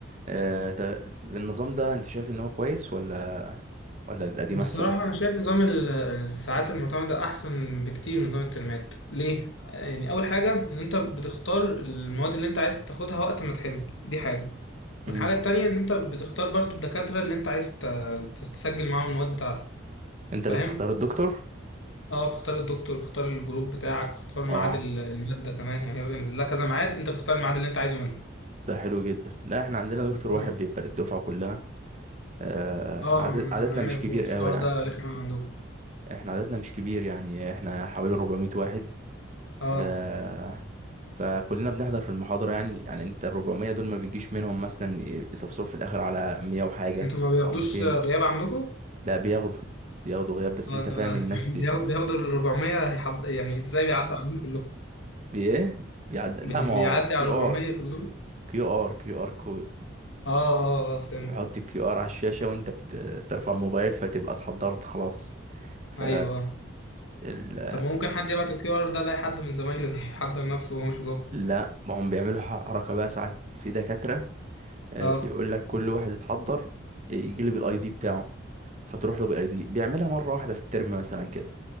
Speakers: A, on the right (about 35°); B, on the left (about 75°).
A: آه، تا- النظام ده انت شايف ان هو كويس ولا ولا القديم
B: بصراحة
A: احسن
B: أنا شايف نظام ال- الساعات المعتمدة أحسن بكتير من نظام الترمات، ليه؟ يعني أول حاجة إن أنت بتختار المواد اللي أنت عايز تاخدها وقت ما تحب، دي حاجة،
A: مم.
B: والحاجة التانية إن أنت بتختار برضو الدكاترة اللي أنت عايز ت- تسجل معاهم المواد بتاعتك،
A: انت
B: فاهم؟
A: اللي بتختار الدكتور
B: أه بتختار الدكتور، بتختار الجروب بتاعك، بتختار ميعاد
A: اه
B: ال- المادة كمان، يعني هيبقى نازل لها كذا ميعاد، أنت بتختار الميعاد اللي أنت عايزه منه.
A: ده حلو جدا لا احنا عندنا
B: بيقول
A: دكتور واحد بيبقى للدفعه كلها آه، احنا
B: أه
A: عدد...
B: أنا
A: عددنا
B: أنا
A: مش
B: عارف
A: كبير
B: برضو
A: قوي
B: الحوار
A: يعني
B: ده رخم عندكم،
A: احنا عددنا مش كبير يعني احنا حوالي 400 واحد
B: أه
A: آه، فكلنا بنحضر في المحاضره يعني يعني انت ال 400 دول ما بيجيش منهم مثلا يصفصف في الاخر على 100 وحاجه
B: أنتوا ما بياخدوش
A: او 200
B: غياب عندكم؟
A: لا بياخدوا بياخدوا غياب بس
B: آه،
A: انت
B: ده-
A: فاهم
B: ده
A: الناس
B: <laughs>
A: بت...
B: بياخد- بياخدوا ال 400 هيحض... يعني ازاي بيعدي عليهم كلهم
A: بايه بيعد
B: <laughs>
A: لا
B: بي-
A: ما
B: بيعدي
A: هو كيو
B: على 400
A: ار
B: كلهم
A: كيو ار كيو ار كود
B: اه اه آه، اه، فهمت
A: بحط الكيو ار على الشاشة وانت بت... بترفع الموبايل فتبقى اتحضرت خلاص ف
B: ايوه آه.
A: ال...
B: طب ما ممكن حد يبعت الكيو ار ده لاي حد من زمايله <laughs> يحضر نفسه وهو مش جوه
A: لا ما هم بيعملوا ح- حركة بقى ساعات في دكاترة آه،
B: اه
A: بيقول لك كل واحد اتحضر يجي لي بالاي دي بتاعه فتروح له بالاي دي بيعملها مرة واحدة في الترم مثلا كده